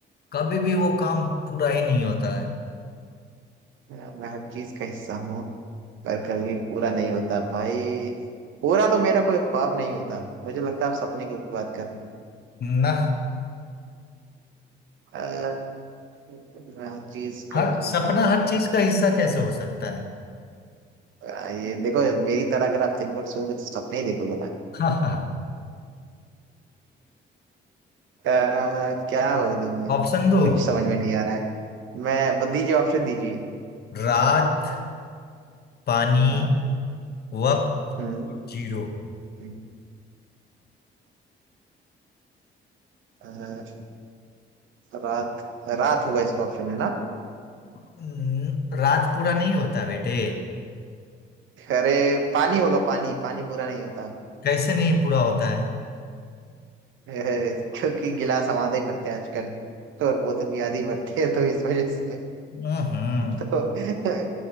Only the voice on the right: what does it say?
मैं हर चीज का हिस्सा हूँ पर कभी पूरा नहीं होता भाई पूरा तो मेरा कोई ख्वाब नहीं होता मुझे लगता है आप सपने की बात कर रहे हो
अ, मैं हर चीज
का होता
हूँ
अ, ये देखो मेरी तरह अगर आप दिन भर सोओगे तो सपने ही देखोगे ना
अ, क्या बोलूं मैं
कुछ समझ में नहीं आ रहा है मैं बस दीजिए ऑप्शन दीजिए
हाँ
हम्म
हम्म, अ, रात रात होगा इसका ऑप्शन है ना
अरे पानी होगा पानी पानी पूरा नहीं होता
<laughs> है, क्योंकि गिलास हमारे ही भरते हैं आजकल तो और बोतल भी आधी भरते हैं तो इस वजह से
तो <laughs>